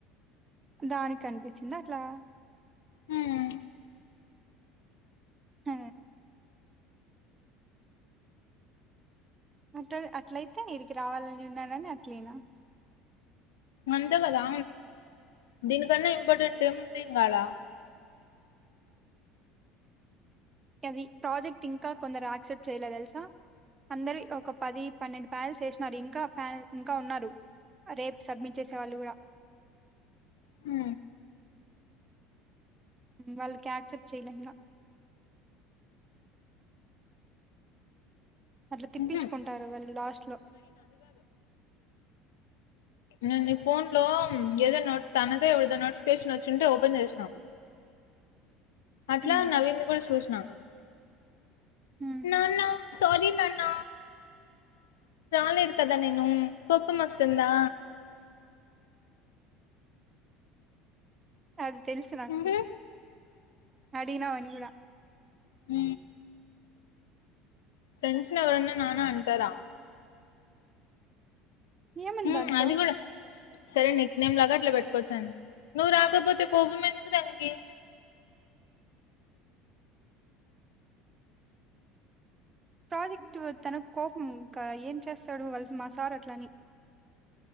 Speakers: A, on the right; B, on the left.
A: దానికి అనిపించింది అట్లా
B: హ్మ్
A: హ, అట్లా అట్లయితే వీరికి రావాల నిన్న అన్న అట్లేనా
B: అంతే కదా దీనికన్నా ఇంపార్టెంట్ ఏముంది ఇంటికాడ
A: అది ప్రాజెక్ట్ ఇంకా కొందరు యాక్సెప్ట్ చేయలే తెలుసా అందరు ఒక పది పన్నెండు ప్యానల్స్ వేసినారు ఇంకా ప్యాన్ల్ ఇంకా ఉన్నారు రేపు సబ్మిట్ చేసే వాళ్ళు కూడా
B: హ
A: వాళ్ళకి యాక్సెప్ట్ చేయలేలా అట్లా తిప్పించుకుంటారు
B: ఉహు
A: వాళ్ళు లాస్ట్ లో
B: నన్ని నీ ఫోన్ ఏదో నో తనద ఎదో నోటిఫికేషన్ వచ్చింటే ఓపెన్ చేసినాం అట్లా
A: హ్మ్.
B: నవీంద కూడా చూ అ
A: హ్మ్.
B: నాన్న సారీ నాన్న నేను రాలేదు కదా నేను కోపం వస్తుందా
A: అది తెలుసు నాకు
B: ఉహు
A: అడిినవని కూడాడా
B: అ ఫెండ్స్ ఎవరైనా నాన్న అంటారా
A: ఏమైంది
B: హ్మ్
A: దాంతో
B: అది కూడా సరే నీక్ నేమ్ లాగా అట్లా పెట్టుకోవచ్చండి నువ్వు రాకపోతే కోపం ఎందుకు దానికి
A: ప్రాజెక్టు తన కోపం ఇంకా ఏం చేస్తాడు మా సార్ అట్లని